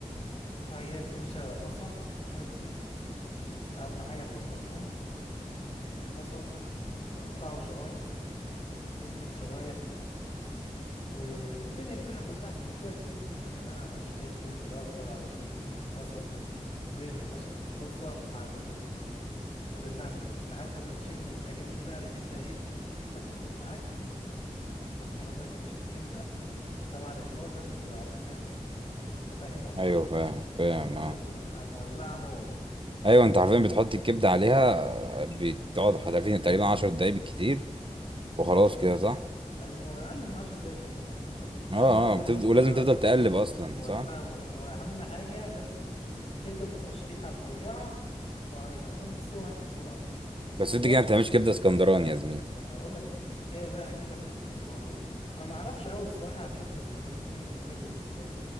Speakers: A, on the left; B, on the right.
A: تروح جايب يا باشا طاسه شويه زيت اهم حاجه توم مفروم بصل تقطعه شرايح فلفل شرايح و... والدنيا دي بقى كلها شويه فلفل الوان على شويه فلفل اخضر على شويه بصل وارمي يا باشا في الطاسه مع التوم ودلعني يا باشا لحد ما تشم الحاجات دي بقى ريحتها ايه ريحتها تظبط معاك تروح نضيف يا باشا الكبده طبعا النار لازم تبقى على اخرها انت فاهم ولا
B: ايوه
A: ايه
B: فاهم فاهم
A: النار لازم
B: اه
A: تبقى مولعه نار
B: ايوه انت عارفين بتحط الكبده عليها آه، بتقعد حرفيا تقريبا 10 دقايق بالكتير وخلاص كده صح
A: ايوه اقل من عشر دقايق كمان بتكون خلصوا
B: اه
A: اهم حاجه
B: اه
A: النار
B: بتفضل
A: تبقى
B: ولازم تفضل تقلب اصلا
A: مولعه
B: صح
A: نار واهم حاجه لازم الكبده تبقى شريحه رفيعه وعريضه عشان تستوي معاك بسرعه برضه
B: بس
A: وبرضه
B: انت كده ما بتعملش كبده اسكندراني يا زميلي
A: ما انا هقول لك في تريكايه بقى كده في ال- في الموضوع انا ما اعرفش قوي الصراحه كبده اسكندراني بتعمل ازاي بالظبط